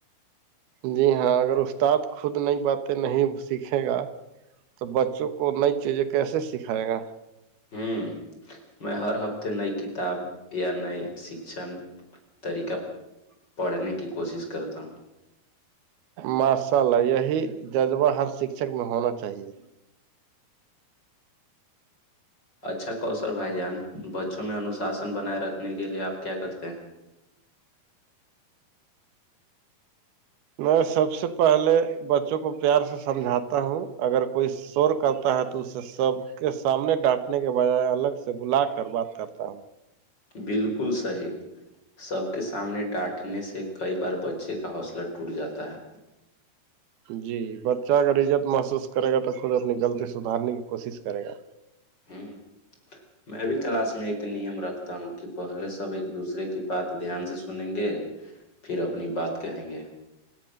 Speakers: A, on the right; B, on the left.
A: جی ہاں اگر استاد خود نئی باتیں نہیں سیکھے گا تو بچوں کو نئی چیزیں کیسے سکھائے گا
B: ہوں میں ہر ہفتے نئی کتاب یا نئے شکشن طریقہ پڑھنے کی کوشش کرتا ہوں
A: ماشاء اللہ یہی جذبہ ہر شکشک میں ہونا چاہیے
B: اچھا کوثر بھائی جان بچوں میں انوشاسن بنائے رکھنے کے لیے آپ کیا کرتے ہیں
A: میں سب سے پہلے بچوں کو پیار سے سمجھاتا ہوں اگر کوئی سور کرتا ہے تو اسے سب کے سامنے ڈانٹنے کے بجائے الگ سے بلا کر بات کرتا ہوں
B: بالکل صحیح سب کے سامنے ڈانٹنے سے کئی بار بچے کا حوصلہ ٹوٹ جاتا ہے
A: جی بچہ اگر عزت محسوس کرے گا تو خود اپنی غلطی سدھارنے کی کوشش کرے گا
B: ہوں میں بھی کلاس میں ایک نیم رکھتا ہوں کہ پہلے سب ایک دوسرے کی بات دھیان سے سنیں گے پھر اپنی بات کہیں گے